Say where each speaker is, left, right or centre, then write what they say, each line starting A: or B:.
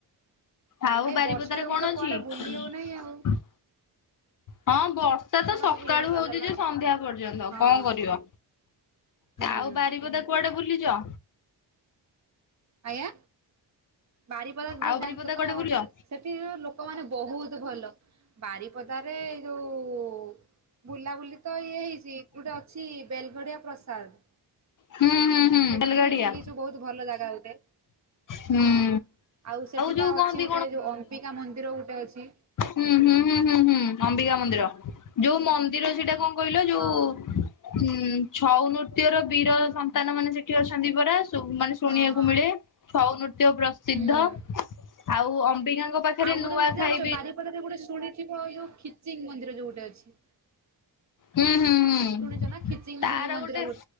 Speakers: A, on the left; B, on the right.
A: ଆଉ
B: ଏଇ
A: ବାରିପଦାରେ
B: ବର୍ଷା ଯୋଗୁ
A: କଣ
B: ତ କୁଆଡେ
A: ଅଛି।?
B: ବୁଲି ହଉନାହିଁ ଆଉ।
A: ହଁ ବର୍ଷା ତ
B: ଟା
A: ସକାଳୁ
B: ସବୁ ଇଏ କରିଦେଲା
A: ହଉଚ ଯେ ସନ୍ଧ୍ୟା ପର୍ଯ୍ୟନ୍ତ।
B: ହଁ
A: କଣ କରିବ
B: ହୁଁ
A: ଆଉ ବାରିପଦା କୁଆଡେ ବୁଲିଛ?
B: ଆଜ୍ଞା ବାରିପଦ ଯ
A: ଆଉ
B: ଜାଣିଛ
A: ବାରିପଦା
B: ତ
A: କୁଆଡେ
B: ସେ
A: ବୁଲିଛ
B: ସେଥିର ଲୋକମାନୋନେ ବହୁତ ଭଲ ବାରି ପଦା ରେ ଯୋଉ ବୁଲାବୁଲି ତ ଇଏ ହେଇଛି ଗୋଟେ ଅଛି ବେଲଗଡ଼ିଆ ପ୍ରସାଦ।
A: ହୁଁ ହୁଁ।
B: ସେଠି
A: ବେଲଗାଡିଆ
B: ବୁଲିଛୁ ବହୁତ ଭଲ ଜାଗା ଗୋଟେ,
A: ହୁଁ
B: ହଁ ଆଉ ସେଠି
A: ଯୋଉ
B: ତ ଅଛି
A: କହନ୍ତି
B: ଗୋଟେ ଯୋଉ ଅମ୍ପିକା ମନ୍ଦିର ଗୋଟେ ଅଛି,
A: ହୁଁ-ହୁଁ-ହୁଁ-ହୁଁ-ହୁଁ
B: ହଁ।
A: ଅମ୍ବିକା ମନ୍ଦିର, ଯୋଉ ମନ୍ଦିର ସେଇଟା
B: ହଁ
A: କଣ କହିଲ ଯୋଉ,
B: ହଁ
A: ହୁଁ ଛଉ ନୃତ୍ୟର ବୀର ସନ୍ତାନ ମାନେ ସେଠି ଅଛନ୍ତି ପରା ସୁବ୍ ମାନେ, ଶୁଣିବାକୁ
B: ହଁ
A: ମିଳେ ଛଉ ନୃତ୍ୟ ପ୍ରସିଦ୍ଧ
B: ହୁଁ
A: ଆଉ ଅମ୍ବିକାଙ୍କ, ପାଖରେ
B: ଆଉ ଗୋଟେ
A: ନୂଆ
B: ଯଦି ଜାଣିଛ
A: ଖାଇ ବି
B: ବାରିପଦରେ ଗୋଟେ ଶୁଣିଥିବ ଏ ଯୋଉ ଖିଚିଙ୍ଗ ମନ୍ଦିର ଯୋଉ ଗୋଟେ ଅଛି,
A: ହୁଁ-ହୁଁ-ହୁଁ
B: ଶୁଣିଛ ନା ଖିଚିଂ
A: ତାର
B: ବୋଲି ମନ୍ଦିର
A: ଗୋଟେ